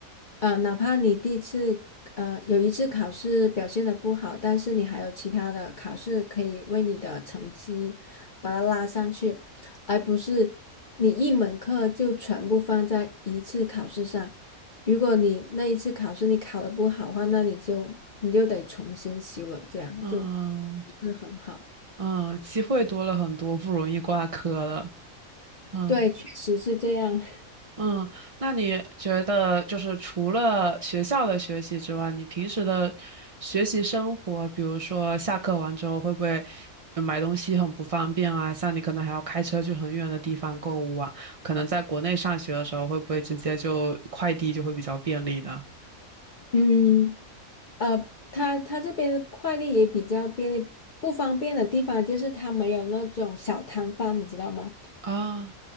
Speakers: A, on the left; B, on the right.
A: 呃，哪怕你第一次，呃，有一次考试表现的不好，但是你还有其他的考试可以为你的成绩把它拉上去，而不是你一门课就全部放在一次考试上。如果你那一次考试你考的不好的话，那你就你就得重新修了，这样就不
B: 嗯
A: 是很好。
B: 嗯，机会多了很多，不容易挂科了。嗯
A: 对，确实是这样。
B: 嗯，那你觉得就是除了学校的学习之外，你平时的学习生活，比如说下课完之后会不会呃买东西很不方便啊？像你可能还要开车去很远的地方购物啊，可能在国内上学的时候会不会直接就快递就会比较便利呢？
A: 嗯，呃，他他这边快递也比较便利，不方便的地方就是他没有那种小摊贩，你知道吗？
B: 啊